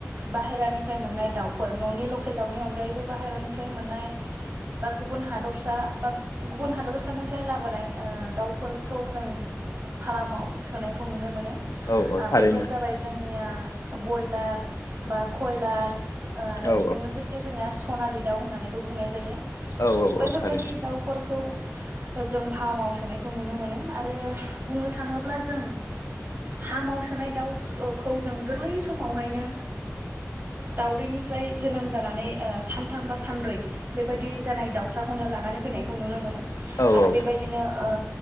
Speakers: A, on the right (about 40°); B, on the left (about 80°).
A: बाहेरानिफ्राय मोननाय दाउफोर न'नि लकेल दाउनि अनगायै बो बाहेरानिफ्राय मोननाय बा गुबुन हादरसा बा गुबुन हादरसानिफ्राय लाबोनाय ओ दाउफोरखौ जों फारामाव सोनायखौ नुनो मोनो। ओ
B: औ औ थारैनो
A: बेफोर जाबाय जोंनिया बयलार बा खयलार ओ आरो
B: औ
A: बेजों लोगोसे जोंनिया सनालि दाउ होननानैबो बुंनाय जायो
B: औ औ
A: बैफोरबायदि
B: औ थारैनो
A: दाउफोरखौ जों फार्माव सोनायखौ नुनो मोनो आरो बुंनो थाङोब्ला जों फार्माव सोनाय दाउखौ जों गोरलै समावहायनो दाउदैनिफ्राय जोनोम जानानै ओ सानथाम बा सानब्रै बेबायदि जानाय दाउसाखौनो लानानै फैनायखौ नुनो मोनो
B: औ औ
A: आरो बेबायदिनो ओ